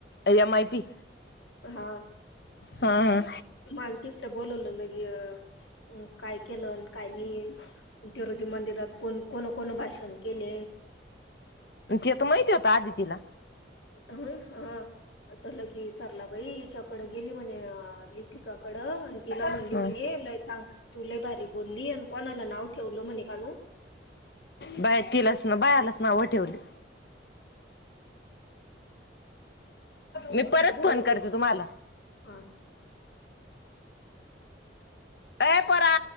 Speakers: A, on the left; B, on the left.
A: एम आय पी
B: हा
A: हा हा.
B: मला तिकडं बोलवलंल एक हे अन काय केलं अन काय नाही ते रोजी मंदिरात कोण कोण कोण भाषण केले
A: तिथं माहिती होता आदितीला
B: ह हा अतरलं की सरलाबाई हिच्याकडं गेली म्हणे लिपिकाकडं आणि तिला
A: हम्म.
B: म्हणली म्हणे हे लय छान तू लय भारी बोलली अन कोणाला नाव ठेवलं म्हणे कानू
A: बाय तिलाच ना भयालाच नावं ठेवली मी परत
B: बोलता
A: फोन करते तुम्हाला
B: हा
A: <inaudible> ए पोरा